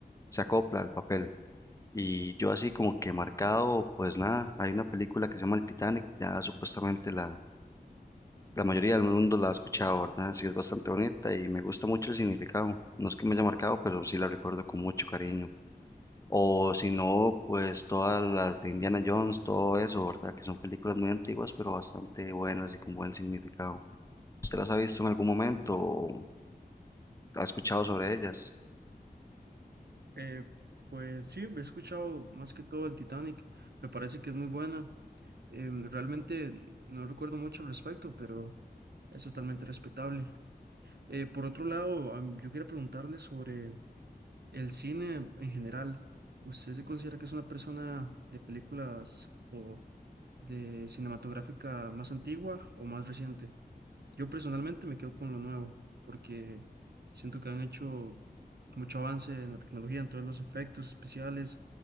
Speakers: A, on the left; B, on the right.
A: se acopla al papel. Y yo así como que marcado, pues nada, hay una película que se llama El Titanic, ya supuestamente la, la mayoría del mundo la ha escuchado, ¿verdad? Sí, es bastante bonita y me gusta mucho el significado. No es que me haya marcado, pero sí la recuerdo con mucho cariño. O si no, pues todas las de Indiana Jones, todo eso, ¿verdad? Que son películas muy antiguas, pero bastante buenas y con buen significado. ¿Usted las ha visto en algún momento o ha escuchado sobre ellas?
B: Eh, pues sí, he escuchado más que todo el Titanic, me parece que es muy buena. Em, realmente no recuerdo mucho al respecto, pero es totalmente respetable. Eh, por otro lado, am- yo quería preguntarle sobre El cine en general, ¿usted se considera que es una persona de películas o de cinematográfica más antigua o más reciente? Yo personalmente me quedo con lo nuevo, porque siento que han hecho mucho avance en la tecnología, en todos los efectos especiales